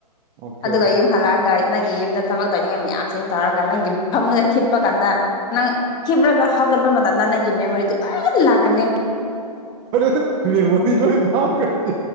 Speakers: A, on the right (about 20°); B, on the left (about 20°).
A: ꯑꯣꯀꯦ
B: ꯑꯗꯨꯒ ꯌꯨꯝ ꯍꯜꯂꯛ ꯑꯒ ꯅꯪꯒꯤ ꯌꯨꯝꯗ ꯊꯕꯛ ꯇꯧꯅꯤꯡꯉꯥꯏ ꯃꯌꯥꯝꯁꯤ ꯇꯧꯔꯒ ꯅꯪꯒꯤ ꯐꯃꯨꯡꯗ ꯈꯤꯞꯄ ꯀꯥꯟꯗ ꯅꯪ ꯈꯤꯞꯂꯒ ꯍꯧꯒꯠꯄ ꯃꯇꯝꯗ ꯅꯪꯒꯤ ꯃꯦꯃꯣꯔꯤꯗꯣ ꯂꯣꯏ ꯂꯥꯛꯀꯅꯤ
A: ꯑꯗꯨꯗꯤ ꯃꯦꯃꯣꯔꯤ ꯂꯣꯏꯅ ꯃꯥꯡꯈꯔꯥꯗꯤ